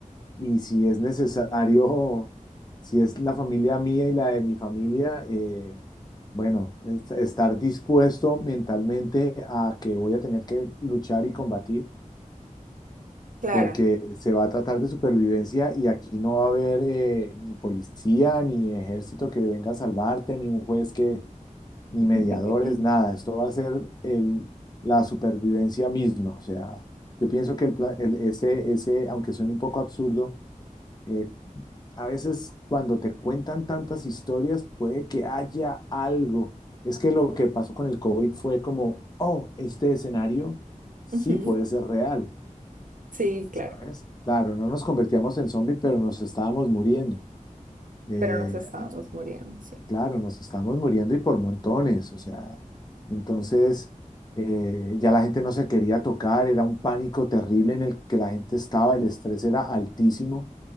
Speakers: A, on the left; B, on the right.
A: y si es necesario, si es la familia mía y la de mi familia, eh, bueno, es- estar dispuesto mentalmente a que voy a tener que luchar y combatir,
B: Claro.
A: porque se va a tratar de supervivencia y aquí no va a haber eh, ni policía, ni ejército que venga a salvarte, ni un juez que, ni
B: <laughs>
A: mediadores, nada. Esto va a ser el, la supervivencia misma. O sea, yo pienso que el, pla- el- ese, ese, aunque suene un poco absurdo, eh, a veces cuando te cuentan tantas historias puede que haya algo. Es que lo que pasó con el COVID fue como, oh, este escenario sí
B: Ujú,
A: puede ser real,
B: Sí,
A: ¿sabes?
B: claro.
A: Claro, no nos convertíamos en zombie, pero nos estábamos muriendo. Eh,
B: Pero nos estábamos muriendo, sí.
A: claro, nos estábamos muriendo y por montones, o sea, entonces eh, ya la gente no se quería tocar, era un pánico terrible en el que la gente estaba, el estrés era altísimo.